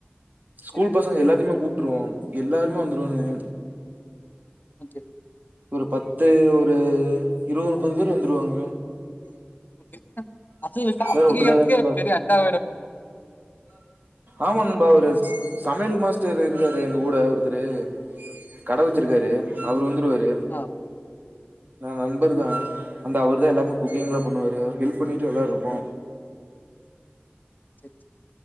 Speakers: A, on the right (about 45°); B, on the left (about 50°).
A: ஸ்கூல்
B: சரி
A: பசங்க எல்லாத்தைமே கூப்ட்ருவோ எல்லாருமே வந்துருவானுக
B: ஓகே
A: ஒரு பத்து ஒரு இருவது முப்பது பேர் வந்துருவாங்க
B: ஓகே அசைவ சமக்கிறதுக்கே
A: எல்லாரு ஒட்டுக்காதா நண்பா
B: ஒர் பெரிய அண்டா வேணு
A: ஆமா நண்பா ஒரு சமையல் மாஸ்டர் இருக்காரு எங்க கூட ஒருத்தரு கட வச்சுருக்காரு
B: சரி சரி.
A: அவரு வந்துருவாரு
B: ஆ
A: நா நண்பர் தா வந்து அவ ருதா எல்லாமே குக்கிங்லா
B: சரி
A: பண்ணுவாரு அவர் ஹெல் ப் பண்ணிட்டு எல்லாருப்போ
B: செர் செ